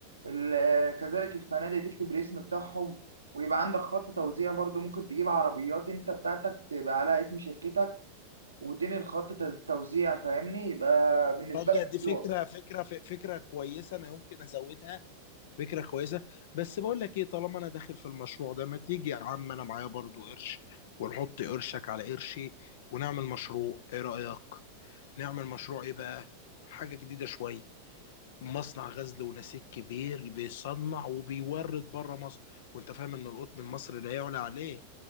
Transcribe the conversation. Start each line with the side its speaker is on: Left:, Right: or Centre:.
Right: ال... كذلك الفنادق تكتب الاسم بتاعهم ويبقى عندك خط توزيع برضو ممكن تجيب عربيات انت بتاعتك تبقى عليها اسم شركتك وتنقل خط ت- توزيع فاهمني يبقى بالنسبه
Left: تصدق
Right: لك
Left: دي فكره
Right: حلوه
Left: فكره ف- فكره كويسه انا يمكن ازودها فكره كويسه بس بقول لك ايه طالما انا داخل في المشروع ده ما تيجي يا عم انا معايا برضو قرش ونحط قرشك على قرشي ونعمل مشروع ايه رايك نعمل مشروع ايه بقى حاجه جديده شويه مصنع غزل ونسيج كبير بيصنع وبيورد بره مصر وانت فاهم ان القطن المصري لا يعلى عليه